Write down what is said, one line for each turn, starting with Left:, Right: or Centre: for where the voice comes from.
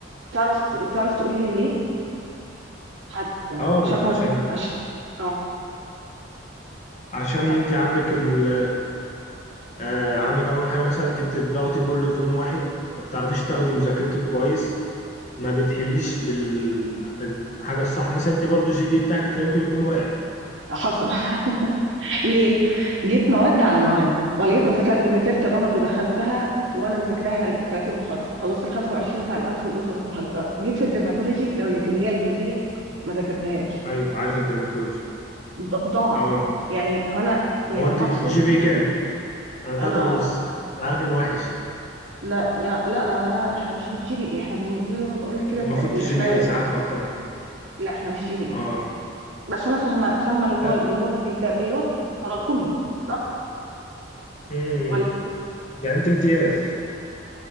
Right: تعرف تعرف تقول لي ليه هت... عشان
Left: أه عشان
Right: تعرف عش... اه
Left: عشان
Right: هت...
Left: أنت عندك ال آه عندك أول حاجة مثلا أنت بتضغطي كله في يوم واحد ما بتعرفيش تاخدي مذاكرتك كويس ما بتحليش بال بالحاجة الصح مثلا أنت برضو الجي بي إيه بتاعك هتلاقي ممكن يكون واقع
Right: حصل <laughs> ليه جيت مواد على مواد وليكن ذاك- ذاكرت الرمد ودخلتها وانا مذاكراها 30 محاضره خلصت ال 25 بتاع الانف والاذن والحنجره جيت في الدرماتولوجي اللي هي الجلديه ما ذاكرتهاش
Left: أيوه عارف الدرماتولوجي
Right: ض- ضاعت
Left: أه
Right: يعني هنا يعني
Left: هو انت
Right: انا اقصد
Left: جي بي كام؟ انا تلاتة
Right: انا
Left: ونص انا عارف انه وحش
Right: لا يا لا انا احنا مش بالجي بي اي احنا بالمديول زي ما بقول لك كده
Left: المفروض
Right: التقدير
Left: تجي
Right: احنا
Left: بي ساعات معتمد
Right: لا احنا مش جي بي اي
Left: اه
Right: بس انا فاهمه فاهمه اللي هو
Left: تا-
Right: اللي هو التر- اللي هو التراكمي صح
Left: امم
Right: ولا
Left: يعني انت امتياز